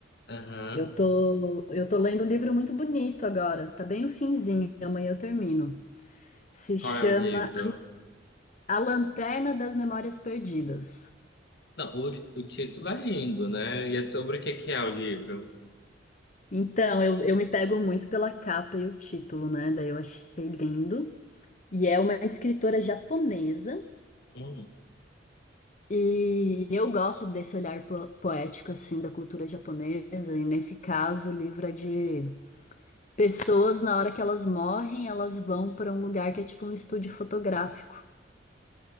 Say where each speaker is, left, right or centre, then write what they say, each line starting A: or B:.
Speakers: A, on the left; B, on the left.
A: Aham.
B: Eu tô, eu tô lendo um livro muito bonito agora, tá bem no finzinho, amanhã eu termino. Se
A: Qual
B: chama
A: é o livro?
B: A Lanterna das Memórias Perdidas.
A: Não, o, o título é lindo, né? E é sobre o que que é o livro?
B: Então, eu, eu me pego muito pela capa e o título, né? Daí eu achei lindo. E é uma escritora japonesa.
A: Hum,
B: E eu gosto desse olhar po- poético, assim, da cultura japonesa. E nesse caso, o livro é de pessoas, na hora que elas morrem, elas vão para um lugar que é tipo um estúdio fotográfico.